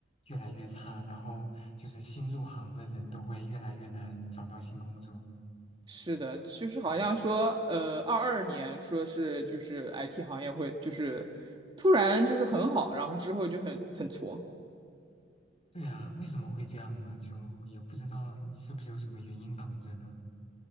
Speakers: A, on the left (about 35°); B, on the right (about 25°).
A: 越来越差，然后就是新入行的人都会越来越难找到新工作。
B: 是的，就是好像说，
A: 嗯。
B: 呃，二二年说是就是 IT 行业会就是突然就是很好，然后之后就很很挫，
A: 对呀，为什么会这样呢？就也不知道是不是有什么原因导致的。